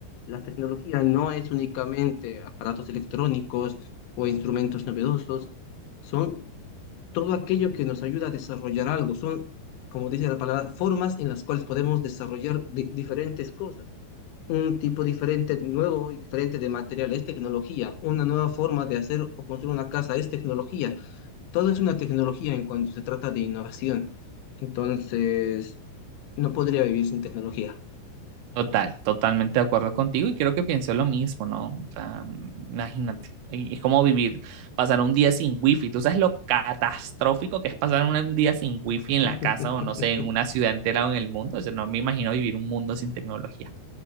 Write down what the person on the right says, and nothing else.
Total, totalmente de acuerdo contigo y creo que pienso lo mismo, ¿no? O sea, imagínate, y- es como vivir, pasar un día sin wifi, tú sabes lo catastrófico que es pasar un un día sin wifi
en la casa o no sé, en una ciudad entera o en el mundo, o sea, no me imagino vivir un mundo sin tecnología.